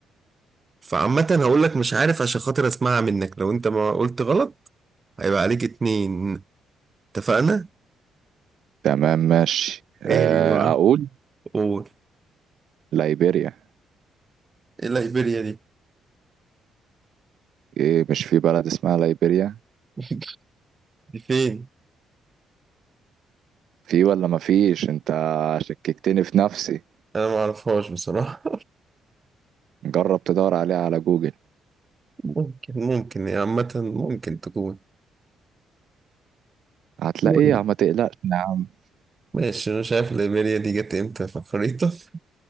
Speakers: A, on the right (about 30°); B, on the right (about 65°).
A: فعامة هقول لك مش عارف عشان خاطر اسمعها منك لو انت ما قلت غلط هيبقى عليك اتنين اتفقنا
B: تمام ماشي آه،
A: ايه هي بقى
B: اقول
A: قول
B: ليبيريا
A: ايه ليبيريا دي
B: ايه مش في بلد اسمها ليبيريا
A: <laughs> دي فين
B: في ولا ما فيش انت شككتني في نفسي
A: انا ما اعرفهاش بصراحة
B: جرب تدور عليها على جوجل
A: ممكن ممكن يعني عامة ممكن تكون
B: هتلاقيها
A: مهم.
B: ما تقلقش يا عم
A: ماشي أنا شايف الإيميليا دي جت إمتى في الخريطة <laughs>